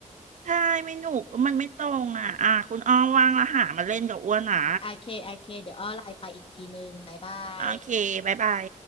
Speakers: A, on the right (about 70°); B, on the left (about 45°).
A: ใช่ไม่หนุกมันไม่ตรงอ่ะอ่ะคุณอ้อมว่างแล้วหามาเล่นกับอ้วนนะ
B: โอเคโอเคเดี๋ยวอ้อไลน์ไปอีกทีนึงบ๊ายบาย
A: โอเคบ๊ายบาย